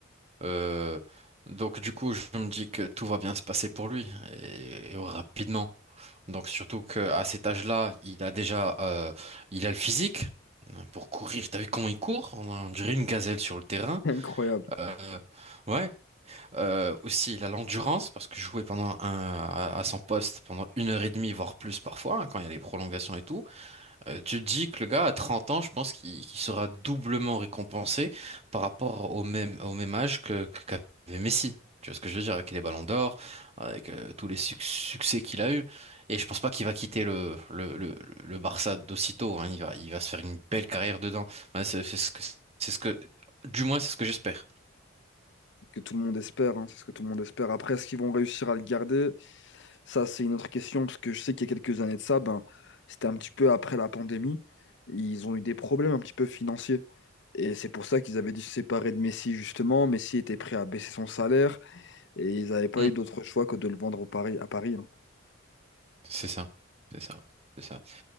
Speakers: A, on the right (about 30°); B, on the left (about 65°).
A: Euh, donc du coup, je me dis que tout va bien se passer pour lui et, et rapidement. Donc surtout qu'à cet âge-là, il a déjà, euh, il a le physique hein, pour courir. T'as vu comment il court? On, on dirait une gazelle sur le terrain.
B: <laughs> Incroyable.
A: Euh, ouais. Euh, aussi, il a l'endurance parce que jouer pendant un, à, à son poste pendant une heure et demie, voire plus parfois, hein, quand il y a des prolongations et tout. Euh, tu te dis que le gars à 30 ans, je pense qu'il qu'il sera doublement récompensé par rapport au même, au même âge que, que- qu'avait Messi. Tu vois ce que je veux dire avec les ballons d'or, avec euh, tous les suc- succès qu'il a eu. Et je pense pas qu'il va quitter le, le, le, le Barça d'aussitôt. hein. Il va, il va se faire une belle carrière dedans. Ouais, c'est c'est ce que, c'est ce que, du moins, c'est ce que j'espère.
B: Que tout le monde espère, hein, C'est ce que tout le monde espère. Après, est-ce qu'ils vont réussir à le garder? Ça, c'est une autre question, parce que je sais qu'il y a quelques années de ça, ben, c'était un petit peu après la pandémie. Ils ont eu des problèmes un petit peu financiers. Et c'est pour ça qu'ils avaient dû se séparer de Messi, justement. Messi était prêt à baisser son salaire et ils n'avaient pas
A: Hmm.
B: eu d'autre choix que de le vendre au Paris, à Paris. hein.
A: C'est ça. C'est ça. C'est ça.